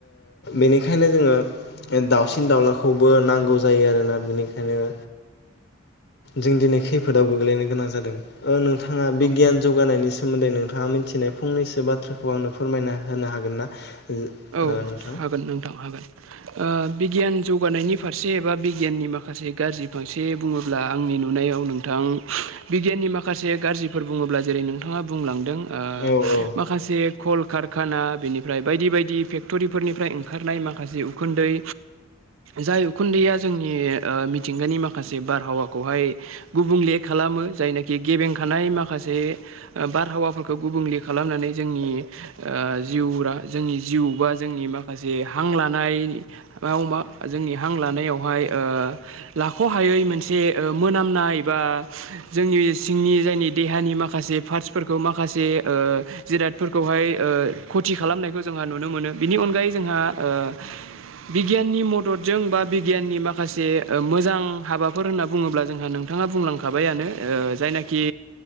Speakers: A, on the left; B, on the right.
A: बेनिखायनो जोङो दाउसिन दाउलाखौबो नांगौ जायो आरोना बिनिखायनो जों दिनै खैफोदाव गोग्लैनो गोनां जादों नोंथाङा बिगियान
B: औ
A: जौगानायनि सायाव सोमोन्दै नोंथाङा मिथिनाय फंनैसो बाथ्राखौ आंनो फोरमायना होनो हागोन ना? ओ
B: औ
A: नोंथां
B: हागोन नोंथां हागोन। बिगियान जौगानायनि फारसे एबा बिगियाननि माखासे गाज्रि फारसे बुङोब्ला आंनि नुनायाव नोंथाङा आं बिगियाननि माखासे गाज्रिफोर बुङोब्ला जेरै नोंथाङा बुंलांदों ओ
A: औ औ
B: माखासे कल कारखाना बेनिफ्राय बायदि बायदि फेक्ट'रिफोरनिफ्राय ओंखारनाय माखासे उखुन्दै जाय उखुन्दैया जोंनि ओ मिथिंगानि माखासे बारहावाखौहाय गुबुंले खालाम मो जायनोखि गेबेंखानाय माखासे ओ बारहावाफोरखौ गुबुंले खालामनानै जोंनि ओ जिउरा जोंनि जिउ बा जोंनि माखासे हां लानायाव मा जोंनि हां लानायावहाय ओ ओ लाख'हायै मोनसे ओ मोनामनाय बा जोंनि सिंनि जायनि देहानि माखासे पार्टसफोरखौ माखासे ओ जिरादफोरखौहाय ओ खथि खालामनायखौ जोंहा नुनो मोनो बिनि अनगायै जोंहा ओ बिगियाननि मददजों बा बिगियाननि माखासे ओ मोजां हाबाफोर होनना बुङोब्ला जोंहा नों थाङा बुंलांखाबायानो ओ जायनाखि